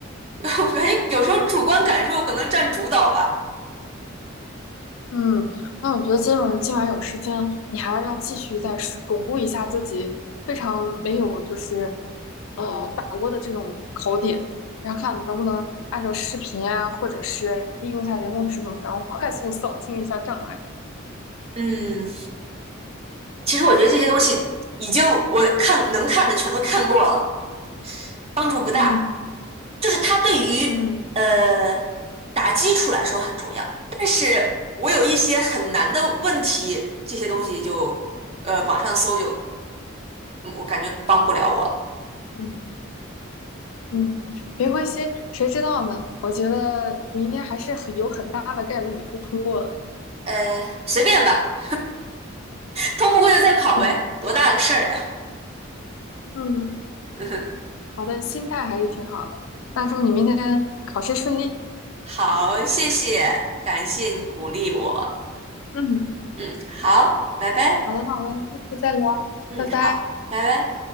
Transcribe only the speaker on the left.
嗯，那我觉得今晚今晚有时间，你还是要继续再是巩固一下自己非常没有就是呃把握的这种考点，然后看能不能按照视频啊，或者是利用一下人工智能，然后快速扫清一下障碍。
嗯
嗯
嗯嗯，别灰心，谁知道呢？我觉得明天还是很有很大的概率你会通过的。
嗯
嗯，
好的，心态还是挺好的。那祝你明天考试顺利。
嗯。
好的，好的，下次再聊，
拜拜。